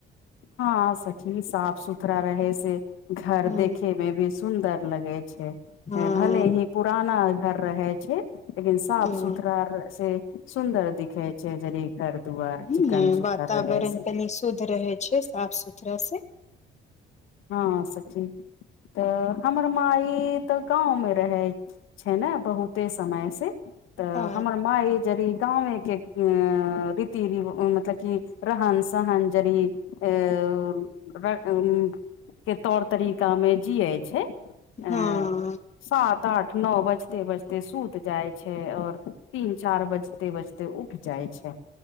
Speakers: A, on the left (about 85°); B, on the left (about 35°).
A: हँ सखि साफ सुथरा रहे से घर
B: ह
A: देखे में भी सुंन्दर लगे छै
B: हँ
A: भले ही पुराना घर रहै छै लेकिन साफ
B: ह
A: सुथरा से सुन्दर दिखे छै यदी घर दुआर
B: हू
A: चिकन सुथर
B: वातावरण
A: रहे से
B: कनि शुद्ध रहै छै साफ सुथराास से
A: हँ सखी तऽ हमर माई तऽ गाँंव मे रहै छै ने बहुते समय से तऽ
B: हँ
A: हमर माँ ई गाँवमेके अ रीति रव मतलब कि रहन सहन जरी अ के तौर तरीकामे जियै छै अ
B: हँ
A: सात आठ नओ बजते बजते सुत जाय छै और तीन चार बजते बजते ते उठ जाइ छै